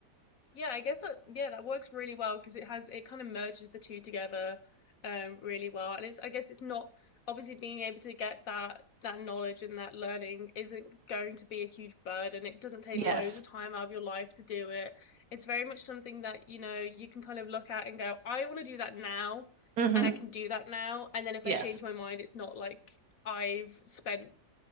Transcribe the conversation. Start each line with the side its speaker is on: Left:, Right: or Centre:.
Left: Yeah, I guess that yeah, that works really well because it has it kind of merges the two together um really well. And it's I guess it's not obviously being able to get that that knowledge and that learning isn't going to be a huge burden. It doesn't take
Right: Yes.
Left: loads of time out of your life to do it. It's very much something that, you know, you can kind of look at and go, I want to do that now
Right: hmm
Left: and I can do that now. And then if
Right: Yes.
Left: I change my mind, it's not like I've spent,